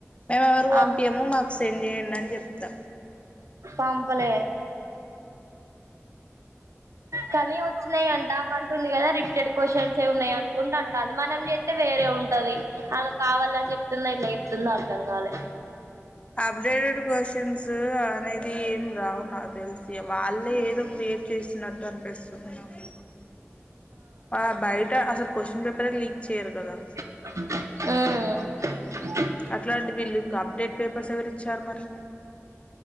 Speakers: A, on the left; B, on the right.
A: మేము ఎవరికి పంపియము
B: ఆ
A: మాకు సెండ్ చేయండి అని చెప్తా
B: పంపలే కనీ ఒచ్చినయంట ఆ మంత్ టుంది కదా రిపీటెడ్ క్వశ్చన్స్ ఏ ఉన్నాయి అనుకుంట అంటంది మనం చేస్తే వేరే ఉంటది ఆమె కావాలని చెప్తుందా ఇట్లా చెప్తుందో అర్థంగాలే
A: అప్డేడేట్ కోష్ న్స్ అనేది ఏం రావు నాకు తెల్ సి వాళ్ళే ఏదో క్రియేట్ చేస్తున్నట్టు అనిపిస్తుంది నాకు ఆ బయట అసల్ క్వశ్చన్ పేపర్ ఏ లీక్ చేయ్యరు కదా
B: హు
A: అట్లాంటి వీళ్ళుకి అప్డేట్ పేపర్స్ ఎవరు ఇచ్చారు మరి